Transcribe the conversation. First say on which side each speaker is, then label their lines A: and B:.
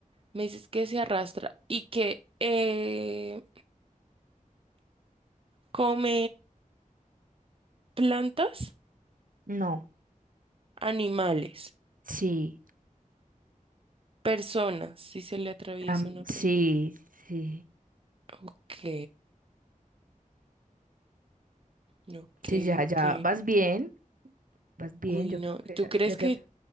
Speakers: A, on the right; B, on the right.
A: me dices que se arrastra y que eh, come plantas,
B: No.
A: animales,
B: Sí.
A: personas, si se le atraviesa
B: Tam-
A: una persona.
B: sí, sí,
A: Ok, ok,
B: sí, ya,
A: ok.
B: ya, vas bien, vas bien,
A: Uy,
B: yo
A: no,
B: creo que
A: ¿tú
B: ya,
A: crees
B: ya te,
A: que